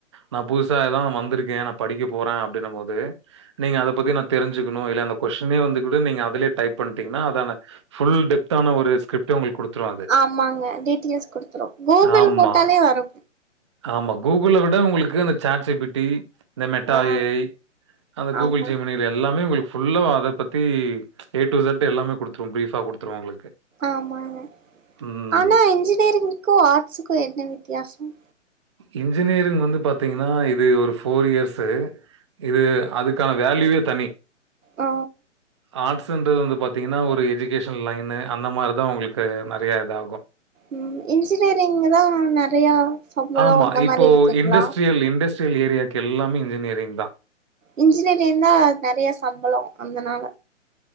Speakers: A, on the right (about 25°); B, on the right (about 85°).
A: நான் புதுசா ஏதா வந்திருக்கேன் நான் படிக்க போறேன் அப்டினும் போது நீங்க அத பத்தி நான் தெரிஞ்சுக்கணும் இல்ல அந்த கொஸ்டினே வந்துகூட நீங்க அதுலயே டைப் பண்ணிட்டீங்கன்னா அதனா ஃபுல் டெப்தான ஒரு ஸ்கிரிப் ட் உங்களுக்கு குடுத்துரும் அது
B: ஆமாங்க டீட்டெயில்ஸ் குடுத்துரு கூகுள்
A: ஆமா
B: போட்டாலே வரு
A: ஆமா கூகுளை விட உங்களுக்கு அந்த சேட் ஜி பி டி இந்த மெட்டா
B: ஆ
A: ஏ ஐ அந்த கூகுள்
B: ஆமா
A: ஜெமினியில் எல்லாமே உங்களுக்கு ஃபுல்லா அதை பத்தி ஏ டு ஜெட் எல்லாமே குடுத்துருவோம் ப்ரீஃபா கொடுத்துரும் உங்களுக்கு
B: ஆமாங்க
A: ம்.
B: ஆனா இன்ஜினியரிங்கு ஆர்ட்ஸுக்கும் என்ன வித்தியாசம்
A: இன்ஜினியரிங் வந்து பாத்தீங்கன்னா இது ஒரு ஃபோர் இயர்ஸு இது அதுக்கான வேல்யூவே தனி
B: ஆ
A: ஆர்ட்ஸ்ன்றது வந்து பாத்தீங்கன்னா ஒரு எஜுகேஷன் லைனு அந்த மாரி தான் உங்களுக்கு நெறையா இதா ஆகும்
B: ம் இன்ஜினியரிங்ல தான் நெறையா சம்பளோ
A: ஆமா
B: அந்த
A: இப்போ
B: மாரி இருக்குங்களா
A: இண்டஸ்ட்ரியல் இண்டஸ்ட்ரியல் ஏரியாக்கு எல்லாமே இன்ஜினியரிங் தான்
B: இன்ஜினியரிங்னா நிறையா சம்பளம் அதனால